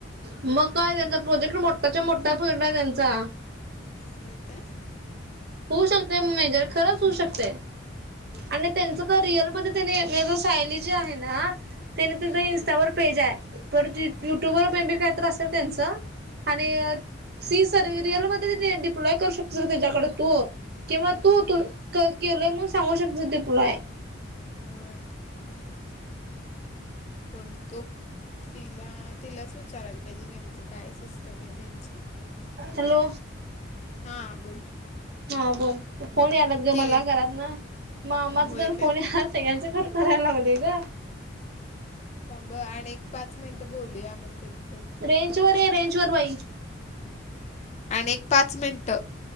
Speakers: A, on the right; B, on the left.
A: मग काय! त्यांचा प्रोजेक्ट मोठाचा मोठा प्रोजेक्ट आहे त्यांचा.
B: होय काय?
A: शकते मेजर खरंच शकते आणि त्यांच तर रिअल मध्ये ते मझ सायली जी आहे ना. ते नाही का
B: हम्म
A: तुझं इंस्टावर पेज आहे तर युट्यूब
B: हा हा
A: वर पेबी कायत असतल त्यांच आणि
B: हम्म
A: सी सर रियल मध्ये डिप्लॉय करू शकतेस त्याच्याकडे तू किंवा
B: हम्म
A: तूू केलंय म्हून सांगू शकते ते तुला
B: होय, ते पण मी बघतो. ते तिला तिलाच विचारायला पाहिजे. नेमकं काय सिस्टम आहे त्यांची?
A: हॅलो!
B: हा बोल!
A: हा फोन यालात ग
B: ते
A: घरात ना म मामाचा
B: होय
A: जण
B: काय
A: फोन याला. सगळ्यांचं खर करायला लागलेय ग.
B: थांब आणि एक पाच मिनिटं बोलूया मग आपण.
A: रेंज वर आहे. रेंज वर बाई.
B: आणि एक पाच मिनिटं.